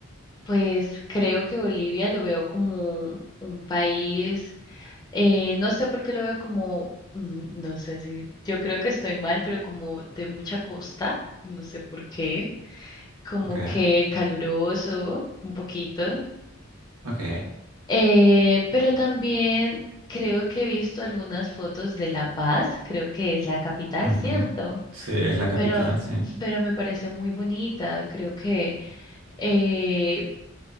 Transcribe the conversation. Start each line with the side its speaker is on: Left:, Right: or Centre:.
Left: Pues creo que Bolivia lo veo como un país, eh, no sé por qué lo veo como, mm, no sé si, yo creo que estoy mal, pero como de mucha costa, no sé por qué, como
Right: Ok,
Left: que caluroso un poquito,
Right: ok.
Left: eh, pero también creo que he visto algunas fotos de La Paz, creo que es la capital,
Right: Ujú.
Left: ¿cierto?
Right: Sí, es la capital,
Left: Pero,
Right: sí.
Left: pero me parece muy bonita, creo que... eh,